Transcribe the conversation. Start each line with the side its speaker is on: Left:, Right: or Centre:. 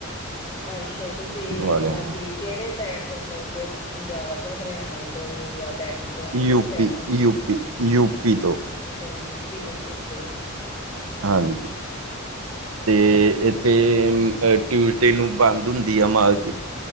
Left: ਅੱਛਾ ਤੁਸੀਂ
Right: ਵਾਲਿਆਂ
Left: ਮਤਲਬ ਕੀ ਕਿਹੜੇ ਸੈਡ ਤੋਂ ਬੋਲਦੇ ਹੋ ਤੁਸੀਂ ਪੰਜਾਬ ਤੋਂ ਹਰਿਆਣੇ ਤੋਂ ਜਾਂ ਡੈਲੀ ਤੋਂ ਤੋਂ
Right: ਯੂਪੀ
Left: ਕਿਹੜੀ ਸੈਡ ਤੋਂ ਤੁਸੀਂ
Right: ਯੂਪੀ ਯੂਪੀ ਤੋਂ
Left: ਅੱਛਾ ਯੂਪੀ ਤੋਂ ਓਕੇ
Right: ਹਾਂਜੀ। ਅਤੇ ਇੱਥੇ
Left: ਸਹੀ ਹੈ
Right: ਟਿਊਜ਼ਡੇ ਨੂੰ ਬੰਦ ਹੁੰਦੀ ਆ ਮਾਰਕੀਟ